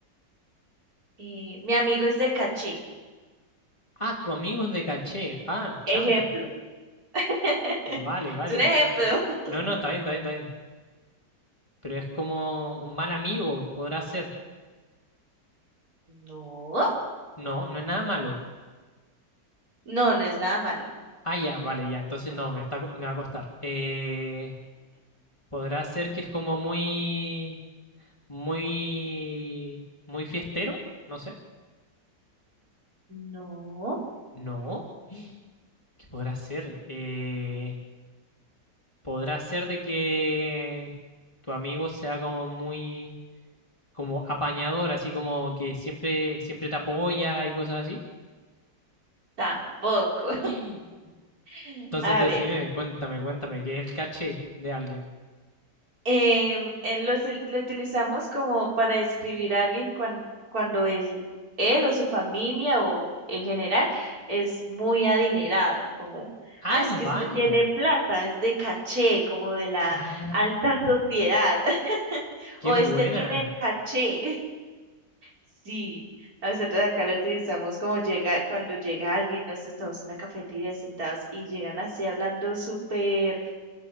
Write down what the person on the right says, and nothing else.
Eh, mi amigo es de caché.
Ejemplo.
<laughs>
Es un ejemplo.
<laughs>
No,
no, no es nada malo.
No,
tampoco.
<laughs>
A
ver,
em, en lo, util- lo utilizamos como para describir a alguien cuan- cuando él, él o su familia o en general es muy adinerado, como,
ah, es que
este tiene plata, es de caché, como de la
alta sociedad, <laughs>
o
este tiene el caché. Sí, nosotros acá lo utilizamos como llega, cuando llega alguien, nos estamos en una cafetería sentados y llegan así hablando súper